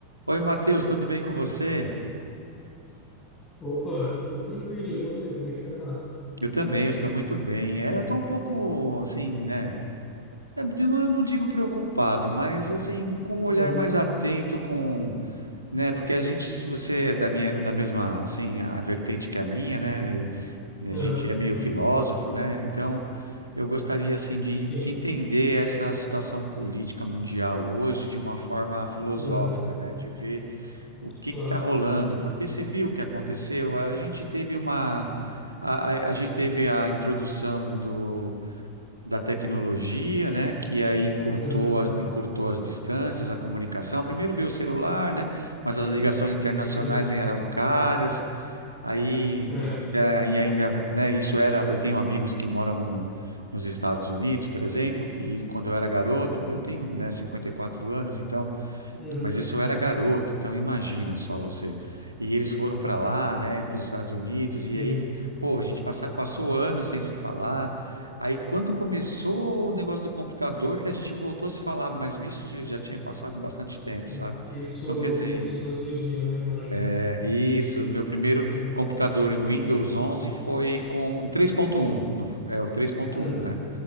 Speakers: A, on the right (about 80°); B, on the left (about 25°).
A: Oi, Matheus, tudo bem com você?
B: Opa, tudo tranquilo. E você, como é que você tá?
A: Eu também, eu estou muito bem. É, eu estou um pouco, assim, né? é, Eu não eu não digo preocupado, mas, assim, com um olhar
B: Uhum,
A: mais atento, com, né? Porque a gente, se você é da minha, da mesma, assim, a vertente que a minha, né? A
B: uhum,
A: gente é meio filósofo, né? Então, eu gostaria, assim, de,
B: sim,
A: de entender essa situação política mundial hoje de uma forma filosófica,
B: uhum,
A: né? De ver O que
B: claro,
A: está rolando? Porque você viu o que aconteceu? A gente teve uma. A, a- a gente teve a introdução do, da tecnologia, né? Que aí encurtou
B: uhum,
A: as, encurtou as distâncias, a comunicação. Primeiro veio o celular, né? Mas as ligações internacionais
B: sim,
A: eram caras. Aí
B: é,
A: ainda, aí ainda, né? Isso era. Eu tenho amigos que moram no- nos Estados Unidos, por exemplo, e quando eu era garoto, eu tenho, né, Cinquenta e quatro anos, então.
B: uhum,
A: Mas isso eu era garoto, então imagina só você. E eles foram para lá, né, para os Estados Unidos,
B: sim.
A: e aí, pô, a gente passa, passou anos sem se falar. Aí, quando começou o negócio do computador, que a gente voltou a se falar, mas isso já já tinha passado bastante tempo,
B: Uhum.
A: sabe?
B: Isso
A: Então, quer
B: no
A: dizer,
B: começo dos anos dois mil né? Imagino
A: é
B: eu.
A: isso. Meu primeiro
B: Uhum,
A: computador em Windows 11 foi com 3.1, no, é o três ponto
B: uhum,
A: um, né?